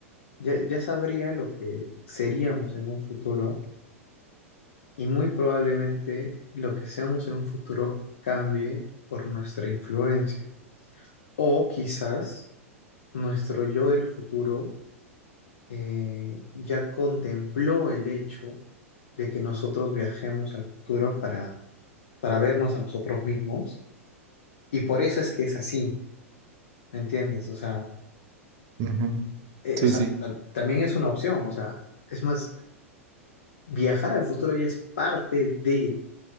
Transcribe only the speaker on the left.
ya, ya sabría lo que seríamos en un futuro y muy probablemente lo que seamos en un futuro cambie por nuestra influencia. O quizás nuestro yo del futuro eh, ya contempló el hecho de que nosotros viajemos al futuro para, para vernos a nosotros mismos y por eso es que es así, ¿me entiendes? O sea,
eh,
o sea,
tam- también es una opción, o sea, es más viajar al futuro ya es parte de